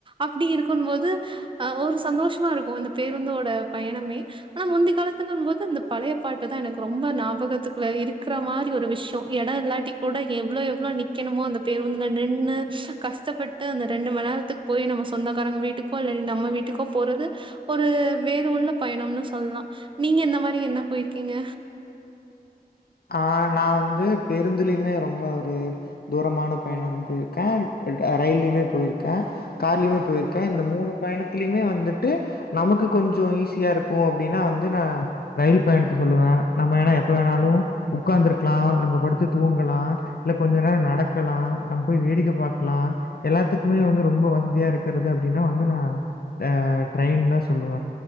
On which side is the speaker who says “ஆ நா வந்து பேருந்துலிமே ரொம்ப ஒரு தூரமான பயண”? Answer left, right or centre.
Left